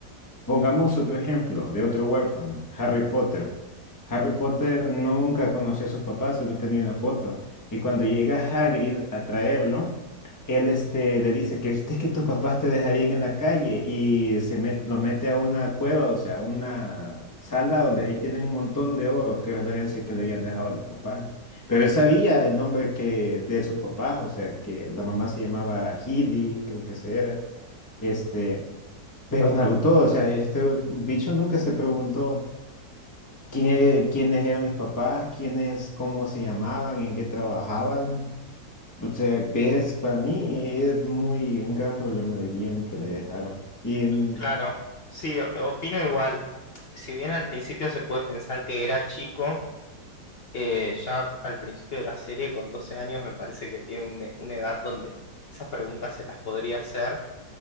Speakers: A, on the left; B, on the left.
A: Pongamos otro ejemplo de otro huérfano, Harry Potter. Harry Potter nunca conoció a sus papás, solo tenía una foto. Y cuando llega Hagrid a traerlo, él este, le dice, ¿creíste que tus papás te dejarían en la calle? Y se met- los mete a una cueva, o sea, una sala donde ahí tienen un montón de oros que referencia que le habían dejado a los papás. Pero él sabía el nombre que, de sus papás, o sea, que la mamá se llamaba Healy, creo que se era. Este, pero Naruto, o sea, este bicho nunca se preguntó qué- quiénes eran mis papás, quiénes, cómo se llamaban, en qué trabajaban. O sea, ves, para mí es muy un gran problema de guión que le dejaron. Y en-
B: Claro, sí, o- opino igual. Si bien al principio se puede pensar que era chico, eh, ya al principio de la serie, con 12 años, me parece que tiene una, una edad donde esas preguntas se las podría hacer